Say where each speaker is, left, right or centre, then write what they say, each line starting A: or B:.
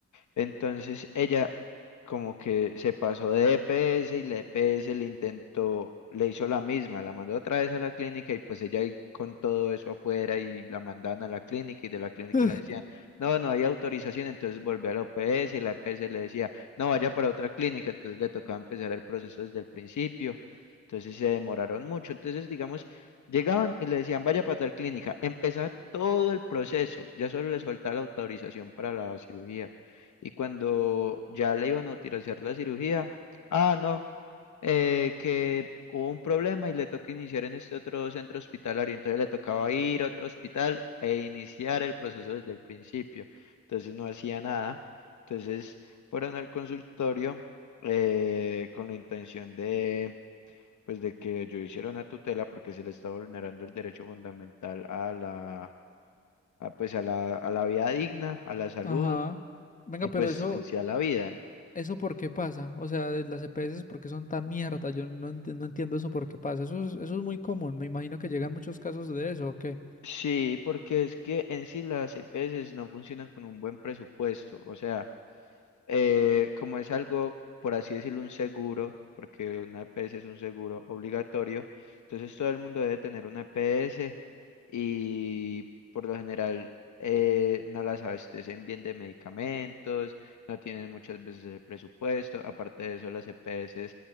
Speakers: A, on the left; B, on the left.
A: Entonces ella como que se pasó de E P S y la E P S le intentó, le hizo la misma, la mandó otra vez a la clínica y pues ella ahí con todo eso afuera y la mandaban a la clínica y de la clínica
B: <laughs>
A: le decían, no, no hay autorización, entonces volvió a la O P S y la E P S le decía, no, vaya para otra clínica, entonces le tocaba empezar el proceso desde el principio. Entonces se demoraron mucho. Entonces, digamos, llegaban y le decían, vaya para tal clínica. Empezaba todo el proceso. Ya solo les faltaba la autorización para la cirugía. Y cuando ya le iban a utilizar la cirugía, ah, no, eh, que hubo un problema y le tocó iniciar en este otro centro hospitalario. Entonces le tocaba ir a otro hospital e iniciar el proceso desde el principio. Entonces no hacía nada. Entonces fueron al consultorio eh, con la intención de, pues, de que yo hiciera una tutela porque se le está vulnerando el derecho fundamental a la, a, pues, a la, a la vida digna, a la salud
B: Ajá. Venga,
A: y pues
B: pero eso,
A: en sí a la vida.
B: ¿Eso por qué pasa? O sea, de las EPS, ¿por qué son tan mierda? Yo no entiendo, no entiendo eso por qué pasa. Eso es, eso es muy común. Me imagino que llegan muchos casos de eso, ¿o qué?
A: Sí, porque es que en sí las EPS no funcionan con un buen presupuesto. O sea, eh, como es algo, por así decirlo, un seguro, porque una EPS es un seguro obligatorio, entonces todo el mundo debe tener una EPS y por lo general eh, no las abastecen bien de medicamentos, no tienen muchas veces el presupuesto, aparte de eso las EPS,